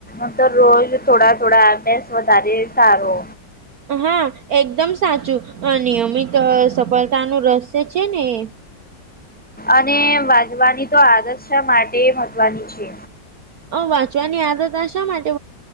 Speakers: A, in the centre; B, on the right.
A: નંતર રોજ થોડા થોડા અભ્યાસ વધારે સારો.
B: હા, એકદમ સાચું, નિયમિત સફળતાનું રહસ્ય છે ને એ.
A: અને વાજવાની તો આદર્શ માટે મહત્વની છે.
B: વાંચવાની આદત શા માટે